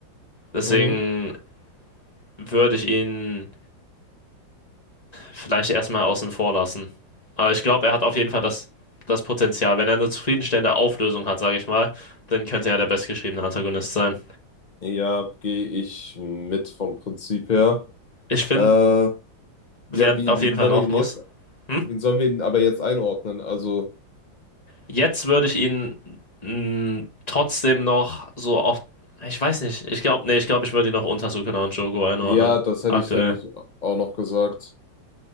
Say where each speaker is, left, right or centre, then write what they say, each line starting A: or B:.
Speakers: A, on the left (about 20°); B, on the left (about 50°).
A: Deswegen
B: mhm.
A: würde ich ihn. vielleicht erstmal außen vor lassen. Aber ich glaube, er hat auf jeden Fall das, das Potenzial. Wenn er eine zufriedenstellende Auflösung hat, sage ich mal, dann könnte er der bestgeschriebene Antagonist sein.
B: Ja, gehe ich mit vom Prinzip her.
A: Ich finde,
B: Äh, ja,
A: wer
B: wie,
A: auf
B: wie
A: jeden Fall
B: sollen
A: noch
B: wir ihn
A: muss.
B: jetzt,
A: Hm?
B: wen sollen wir ihn aber jetzt einordnen? Also,
A: Jetzt würde ich ihn mh, trotzdem noch so auf. Ich weiß nicht. Ich glaube, nee, ich glaube, ich würde ihn noch unter Sukuna und Jogo einordnen.
B: ja, das hätte
A: Aktuell.
B: ich nämlich auch noch gesagt.